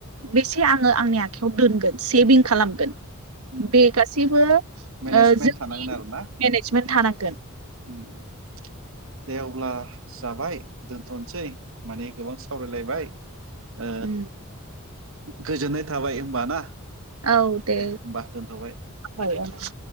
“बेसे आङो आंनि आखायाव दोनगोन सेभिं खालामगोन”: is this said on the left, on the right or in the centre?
Right